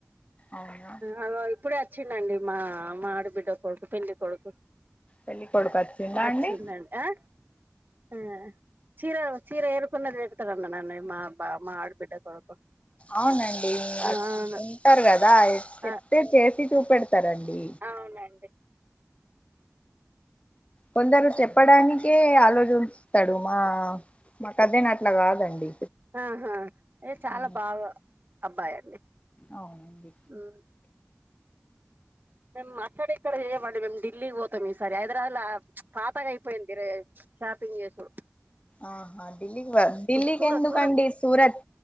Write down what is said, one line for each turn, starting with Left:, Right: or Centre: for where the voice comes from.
Left: అవునా
Right: ఆగో ఇప్పుడే చ్చిండండి మా మా ఆడబిడ్డ కొడుకు పెళ్ళికొడుకు
Left: పెళ్ళి కొడుకు వచ్చిండా
Right: అచ్చిందండి
Left: అండి
Right: ఆ ఆ చీరా వ చీర ఏరుర్కుంద ఇడతార అంద న ఇ మా అబ్బ అమ్మ ఆడబిడ్డ కొడుకు
Left: అవునండి
Right: ఆ
Left: అది
Right: అవును
Left: ఉంటారు కదా చెప్తే
Right: ఆ
Left: చేసి చూపెడతారండి
Right: అవునండి
Left: కొందరు చెప్పడానికే ఆలోచిస్తాడు మా మాకు కజిన్ అట్లా కాదండి
Right: ఆహా ఎ చాలా
Left: ఉ
Right: బాగా అబ్బాయండి
Left: అవునండి
Right: ఉమ్ మేము అక్కడ ఇక్కడ చేయమండి మేము ఢిల్లీకి పోతాం ఈసారి హైదరాబాద్ లా పాతగా అయిపోయిందిరే షాపింగ్ చెత్తవ్
Left: ఆహా ఢిల్లీక ఢిల్లీకి
Right: సూరత్
Left: ఎందుకండి
Right: సూరత్
Left: సూరత్